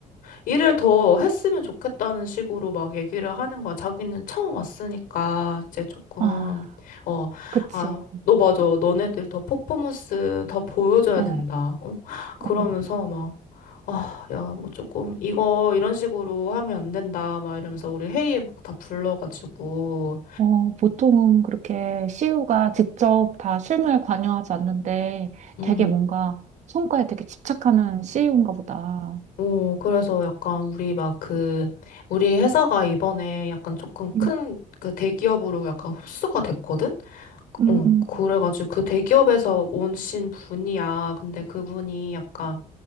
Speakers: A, on the left; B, on the right.
A: 일을 더 했으면 좋겠다는 식으로 막 얘기를 하는 거야. 자기는 처음 왔으니까 이제 조금
B: 아,
A: 어,
B: 그치.
A: 아, 너 맞아. 너네들 더 퍼포먼스 더 보여줘야
B: 어,
A: 된다. 어? 그러면서
B: 어,
A: 막 아, 야, 뭐 조금 이거 이런 식으로 하면 안 된다 막 이러면서 우리 회의에 막 다 불러가지고
B: 어, 보통은 그렇게 CU가 직접 다 실무에 관여하지 않는데
A: 음.
B: 되게 뭔가 성과에 되게 집착하는 CU인가 보다.
A: 오, 그래서 약간 우리 막 그 우리 회사가 이번에 약간 조금 큰
B: 음,
A: 그 대기업으로 약간 흡수가 됐거든?
B: 음,
A: 어,
B: 음.
A: 그래가지고 그 대기업에서 오신 분이야. 근데 그분이 약간